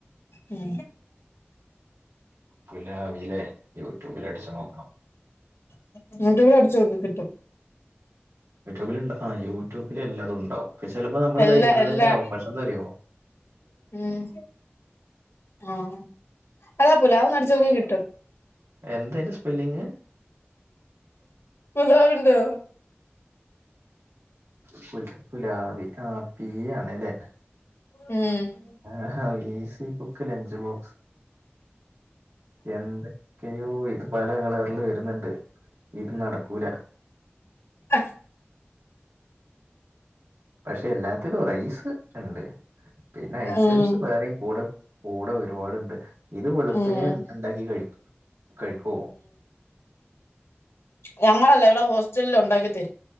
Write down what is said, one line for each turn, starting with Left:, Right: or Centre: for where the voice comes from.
Left: ഉം
Right: പുലാവിലെ യൂട്യൂബിൽ അടിച്ചു നോക്കണം
Left: ഉം യുട്യൂബിലട്ച്ചോക്ക്‌ കിട്ടും
Right: യൂട്യൂബിലുണ്ട ആഹ് യൂട്യൂബില് എല്ലാതും ഉണ്ടാവും ചിലപ്പോ നമ്മള്
Left: എല്ലാ
Right: കഴിക്ക്‌ണതന്നാവും
Left: എല്ലാ
Right: പക്ഷന്താന്നറിയോ
Left: ഉം ആഹ് അതാ പുലാവൊന്നടിച്ചോക്ക്‌ കിട്ടും
Right: എന്തയ്ന്റെ സ്പെല്ലിങ്
Left: പുലാവിന്റെ
Right: ഫുൽ പുലാവി ആഹ് പീ ആണല്ലേ?
Left: ഉം
Right: ആഹാ ഈസി കുക്ക്‌ ലഞ്ച് ബോക്സ് എന്തൊക്കെയോ ഇത് പല കളർല് വരുന്ന്ണ്ട് ഇത് നടക്കൂല
Left: അഹ്.
Right: പക്ഷേ എല്ലാത്തിലും റൈസ് ഇണ്ട് പിന്നെ ഐറ്റംസ്
Left: ഉം
Right: വേറീം കൂടെ കൂടെ ഒരുപാട്ണ്ട് ഇത് വെളുപ്പിനേ
Left: ഉം
Right: ണ്ടാക്കി കഴിക് കഴിക്കൊ?
Left: ഞങ്ങളെല്ലാവിടെ ഹോസ്റ്റൽല്ലുണ്ടാക്കി തരും.